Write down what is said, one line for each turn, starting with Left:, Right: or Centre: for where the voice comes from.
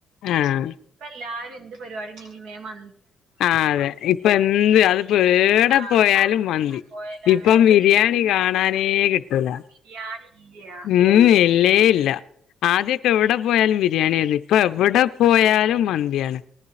Left: ആഹ്
Right: ഇപ്പല്ലാരും എന്ത് പരിപാടിണ്ടെങ്കിലും വേം മ
Left: ആഹ് അതെ ഇപ്പൊ എന്ത് അതിപ്പോ ഏടെ
Right: ആഹ്
Left: പോയാലും മന്തി
Right: പോയല അങ്ങനെ
Left: ഇപ്പം
Right: ഇപ്പൊ
Left: ബിരിയാണി കാണാനേ കിട്ടൂല.
Right: ബിരിയാണില്യാ
Left: മ് ഇല്ലേ ഇല്ല ആദ്യൊക്കെ എവിടെ പോയാലും ബിരിയാണ്യേനു ഇപ്പൊ എവടെ പോയാലും മന്ത്യാണ്.